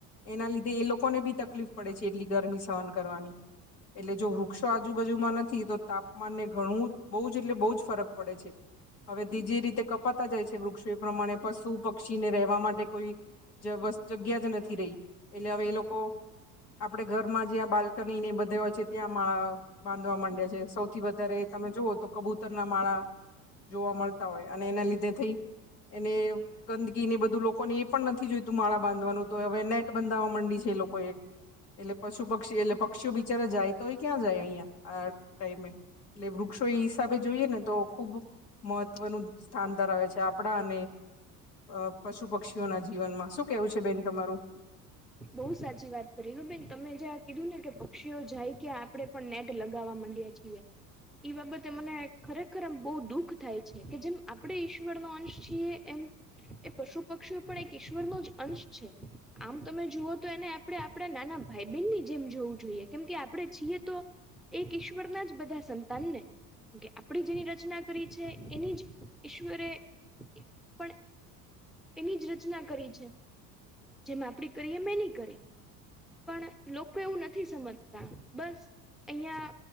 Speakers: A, on the left (about 85°); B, in the centre.
A: એના લીધે એ લોકોને બી તકલીફ પડે છે એટલી ગરમી સહન કરવાની. એટલે જો વૃક્ષો આજુબાજુમાં નથી તો તાપમાનને ઘણું બોજ એટલે બોજ ફરક પડે છે. હવે તે જે રીતે કપાતા જાય છે વૃક્ષો એ પ્રમાણે પશુ, પક્ષી ને રહેવા માટે કોઈ બસ જગ્યા જ નથી રેય એટલે હવે એ લોકો આપડે ઘરમાં જ્યાં બાલ્કની ને બધે હોય છે. ત્યાં માળા બાંધવા માંડે છે સૌથી વધારે તમે જુઓ તો કબૂતરના માળા. જોવા મલતા હોય અને એના લીધે થી એને ગંદકી ને બધું લોકોને એ પણ નથી જોઈતું માળા બાંધવાનું તો હવે નેટ બંધવા માંડી છે એ લોકોએ. એટલે પશુ, પક્ષી એટલે પક્ષીઓ બિચારા જાય તો ઈ ક્યાં જાય અયાં આ ટાઈમે. એટલે વૃક્ષો એ હિસાબે જોઈએ ને તો ખુબ મહત્વનું સ્થાન ધરાવે છે આપણા અને અ પશુ પક્ષીઓના જીવનમાં શું કેવું છે બેન તમારું?
B: બોઉ સાચી વાત કરી હ બેન તમે જ્યાં કીધું ને કે પક્ષીઓ જાય કે આપડે પણ નેટ લગાવવા માંડ્યા છીએ. એ બાબતે મને ખરેખર આમ બો દુઃખ થાય છે કે જેમ આપણેે ઈશ્વરનો અંશ છીએ એમ એ પશુ પક્ષીઓ પણ એક ઈશ્વરનો જ અંશ છે. આમ તમે જુઓ તો એને આપણે આપડા નાના ભાઈ બેનની જેમ જોવું જોઈએ કેમ કે આપડે છીએ તો એક ઈશ્વરના જ બધા સંતાન ને. કે આપણી જેની રચના કરી છે એની જ ઈશ્વરે પણ એની જ રચના કરી છે જેમ આપણી કરીએ મેની કરી. પણ લોકો એવું નથી સમજતા બસ. અહીંયા